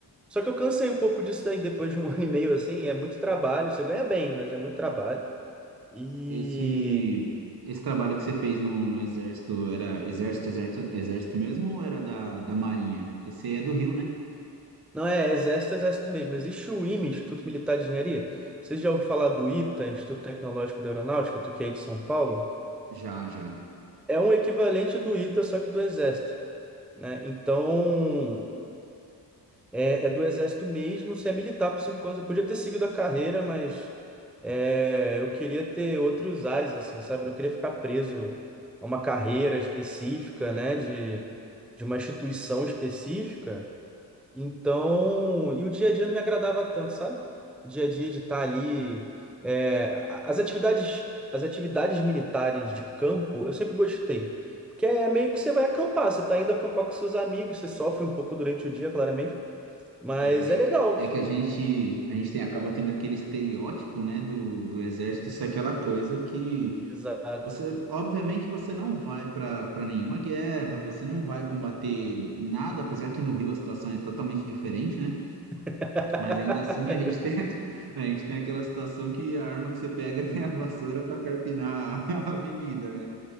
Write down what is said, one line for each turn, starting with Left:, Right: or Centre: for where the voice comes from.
Centre: Só que eu cansei um pouco disso daí depois de um <laughs> ano e meio, assim, é muito trabalho. Você ganha bem, mas é muito trabalho. E
Right: Esse, esse trabalho que você fez no, no exército, era exército, exército, exército mesmo ou era da, da Marinha? Porque você é do Rio, né?
Centre: Não é exército, exército mesmo. Existe o IME, Instituto Militar de Engenharia. Você já ouviu falar do ITA, Instituto Tecnológico da Aeronáutica, do que é aí de São Paulo?
Right: Já, já.
Centre: É um equivalente do ITA, só que do exército, né? Então, é, é do exército mesmo. Você é militar por cinco anos. Eu podia ter seguido a carreira, mas é, eu queria ter outros ares, assim, sabe? Eu não queria ficar preso a uma carreira específica, né? De, de uma instituição específica. Então, e o dia a dia não me agradava tanto, sabe? Dia a dia de estar ali. é, a- as atividades, as atividades militares de campo, eu sempre gostei. Porque é meio que você vai acampar, você tá indo acampar com seus amigos, você sofre um pouco durante o dia, claramente, mas
Right: É,
Centre: é
Right: é
Centre: legal.
Right: que é que a gente, a gente tem, acaba tendo aquele estereótipo, né, do, do exército ser aquela coisa que
Centre: Exato.
Right: você, obviamente, você não vai para para nenhuma guerra, você não vai combater nada, apesar que no Rio a situação é totalmente diferente, né?
Centre: <laughs>
Right: Mas ainda assim a gente tem, <laughs> a gente tem aquela situação que a arma que você pega <laughs> é a vassoura para carpinar a <laughs> avenida, né?